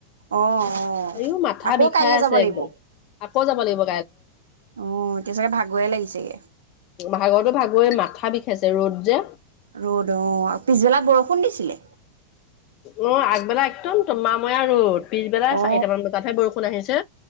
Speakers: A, on the right; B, on the left.
A: অ অ
B: এই মাথা
A: আকৌ
B: বিষাই
A: কাইলৈ
B: আছে
A: যাব লাগিব
B: একদম আকৌ যাব লাগিব
A: অ এতিয়া চাগে ভাগৰে লাগিছেগে
B: ভাগৰটো ভাগৰে মাথা বিষাইছে ৰ'দ যে
A: ৰ'দ অ পিছবেলা বৰষুণ দিছিলে
B: অ আগবেলা একদম তোমাময় ৰ'দ পিছবেলা
A: অ
B: চাৰিটামান বজাতহে বৰষুণ আহিছে।